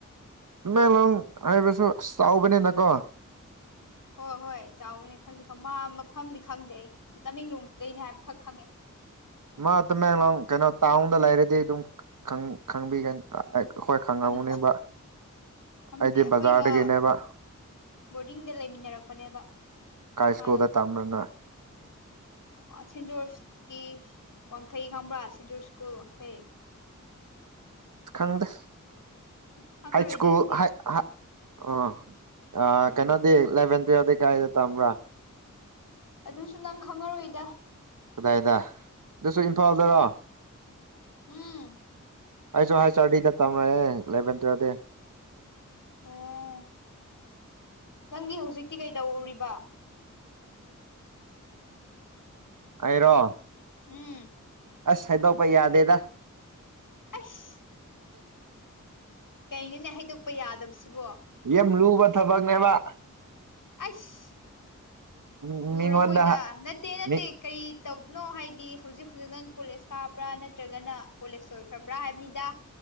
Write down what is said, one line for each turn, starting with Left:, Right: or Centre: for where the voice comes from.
Right: ꯇꯃꯦꯡꯂꯣꯡ ꯍꯥꯏꯕꯁꯨ ꯑꯁ ꯆꯥꯎꯕꯅꯤꯅꯀꯣ
Left: ꯍꯣꯏ ꯍꯣꯏ ꯆꯥꯎꯕꯅꯦ ꯈꯪꯗꯦ ꯈꯪ ꯃꯥ ꯃꯐꯝꯗꯤ ꯈꯪꯗꯦ ꯑꯩ ꯇꯃꯦꯡꯂꯣꯡꯗꯩꯅꯤ ꯍꯥꯏꯕꯈꯛ ꯈꯪꯉꯦ
Right: ꯃꯥ ꯇꯃꯦꯡꯂꯣꯡ ꯀꯩꯅꯣ ꯇꯥꯎꯟꯗ ꯂꯩꯔꯗꯤ ꯑꯗꯨꯝ ꯈꯪꯕꯤꯒꯅꯤ ꯑꯩꯈꯣꯏ ꯈꯪꯉꯝꯈꯅꯤꯕ
Left: ꯈꯪ ꯈꯪꯗꯦ
Right: ꯑꯩꯗꯤ
Left: ꯑꯩꯈꯣꯏꯒ
Right: ꯕꯖꯥꯔꯗꯒꯤꯅꯦꯕ
Left: ꯕꯣꯔꯗꯤꯡꯗ ꯂꯩꯃꯤꯟꯅꯔꯛꯄꯅꯦꯕ
Right: ꯀꯩ ꯏꯁꯀꯨꯜꯗ
Left: ꯃꯥꯗꯣ
Right: ꯇꯝꯕꯔꯥ ꯅꫭꯏ
Left: ꯑꯥ ꯁꯦꯟ ꯖꯣꯔꯁꯀꯤ ꯋꯥꯡꯈꯩ ꯈꯪꯕ꯭ꯔꯥ ꯁꯦꯟ ꯖꯣꯔꯁ ꯁ꯭ꯀꯨꯜ ꯋꯥꯡꯈꯩ
Right: ꯈꯪꯗ‌ꯦ
Left: ꯑꯁ ꯈꯪꯉꯔꯣꯏꯗ
Right: ꯍꯥꯏ ꯏꯁꯀꯨꯜ
Left: ꯑꯗꯨꯗꯤ
Right: ꯍꯥꯠ ꯍꯥ ꯑꯣ ꯑꯥ
Left: ꯎꯝ
Right: ꯀꯩꯅꯣꯗꯤ ꯏꯂꯦꯚꯦꯟ ꯇꯨꯋꯞꯇꯤ ꯌꯥꯗ ꯀꯥꯏꯗ ꯇꯝꯕ꯭ꯔꯥ
Left: ꯑꯗꯨꯁꯨ ꯅꯪ ꯈꯪꯉꯔꯣꯏꯗ
Right: ꯀꯗꯥꯏꯗ ꯑꯗꯨꯁꯨ ꯏꯝꯐꯥꯜꯗꯔꯣ
Left: ꯎꯝ
Right: ꯑꯩꯁꯨ ꯍꯥꯏꯁ ꯑꯥꯔ ꯗꯤꯗ ꯇꯝꯃꯦ ꯂꯦꯚꯦꯟ ꯇꯨꯋꯦꯜꯗꯤ
Left: ꯑꯣ ꯅꯪꯗꯤ ꯍꯧꯖꯤꯛꯇꯤ ꯀꯩꯗꯧꯔꯤꯕ
Right: ꯑꯩꯔꯣ
Left: ꯎꯝ
Right: ꯑꯁ ꯍꯥꯏꯗꯣꯛꯄ ꯌꯥꯗꯦꯗ
Left: ꯑꯁ ꯀꯩꯅꯣꯅꯦ ꯍꯥꯏꯗꯣꯛꯄ ꯌꯥꯗꯕꯁꯤꯕꯣ
Right: ꯌꯥꯝ ꯂꯨꯕ ꯊꯕꯛꯅꯦꯕ
Left: ꯑꯁ
Right: ꯃꯤꯉꯣꯟꯗ
Left: ꯂꯨꯔꯝꯃꯣꯏꯗ ꯅꯠ ꯅꯠꯇꯦ ꯅꯠꯇꯦ
Right: ꯃꯤ
Left: ꯀꯔꯤ ꯇꯧꯕꯅꯣ ꯍꯥꯏꯗꯤ ꯍꯧꯖꯤꯛ ꯍꯧꯖꯤꯛ ꯅꯪ ꯀꯣꯂꯦꯖ ꯀꯥꯕ꯭ꯔꯥ ꯅꯠꯇ꯭ꯔꯒꯅ ꯀꯣꯂꯦꯖ ꯂꯣꯏꯈ꯭ꯔꯕ꯭ꯔꯥ ꯍꯥꯏꯕꯅꯤꯗ